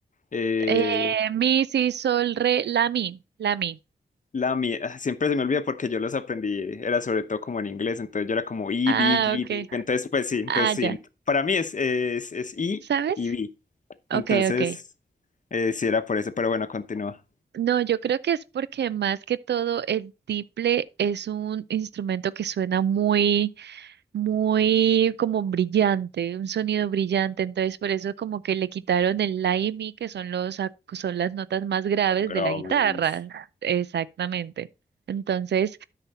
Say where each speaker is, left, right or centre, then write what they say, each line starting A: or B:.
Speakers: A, on the left (about 45°); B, on the right (about 80°).
A: eh,
B: Eh, mi, si, sol, re, la mi, la mi.
A: la mi, ah, siempre se me olvida porque yo los aprendí, era sobre todo como en inglés, entonces yo era como I,
B: Ah,
A: B, G,
B: ok.
A: D, entonces pues sí, entonces
B: Ah,
A: sí,
B: ya.
A: ent- para mí es, es, es I
B: ¿Sabes?
A: y B.
B: Ok,
A: Entonces,
B: ok.
A: eh, sí era por eso, pero bueno, continúa.
B: No, yo creo que es porque más que todo el tiple es un instrumento que suena muy, muy como brillante, un sonido brillante, entonces por eso como que le quitaron el la y mi, que son los, ac- son las notas más graves
A: graves.
B: de la guitarra, exactamente. Entonces,